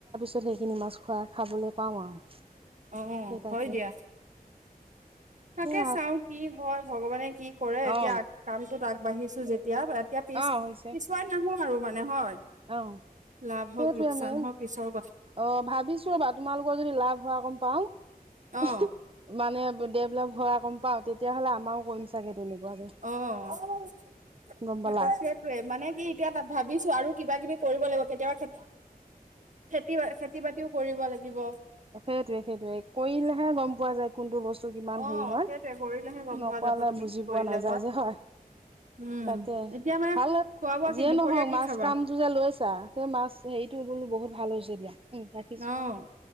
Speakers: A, on the right; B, on the right.
A: তত সেইখিনি মাছ খোৱা খাবলৈ পাওঁ আৰু।
B: অ'অ'
A: সেই তাকে
B: হয় দিয়া। তাকে
A: সেই
B: চাও কি হয় ভগৱানে কি কৰে এতিয়া
A: অ
B: কামটোত আগবাঢ়িছো যেতিয়া এতিয়া এতিয়া পিছ
A: অ হৈছে
B: পিছুৱাই নাহো আৰু মানে হয়
A: অ
B: লাভ
A: সেইটোৱে
B: হওক লোকচান
A: মেম
B: হওক ঈশ্বৰ
A: অ ভাবিছো ৰ'বা, তোমালোকৰ যদি লাভ হোৱা গম পাওঁ
B: অ
A: মানে ডেভলপ হোৱা গ'ম পাওঁ তেতিয়াহ'লে আমাৰও কৰিম চাগে। তেনেকুৱাকে
B: অ'
A: গম পালা।
B: সেইটয়ে মানে কি এতিয়া ভাবিছো আৰু কিবা কিবি কৰিব লাগিব কেতিয়াবা খে খেতি বা খেতি বাতিও কৰিব লাগিব।
A: সেইটোয়ে সেইটোয়ে কৰিলেহে গম পোৱা যায় কোনটো বস্তু তো কিমান
B: অ
A: হেৰি হয়
B: সেইটোৱে কৰিলেহে গম
A: নকৰালে
B: পোৱা যাব তুমি
A: বুজি
B: কি কৰিলে
A: পোৱা নাযায় যে, হয়।
B: উম
A: তাকে
B: এতিয়া মানে
A: ভাল
B: খোৱা বোৱা কি
A: যিয়ে
B: দুপৰীয়া
A: নহক
B: কি
A: মাছ
B: খাবা
A: কামটো যে লৈছা সেই মাছ হেৰি সটো বোলো বহুত ভাল হৈছে দিয়া উম ৰাখিছো।
B: অ',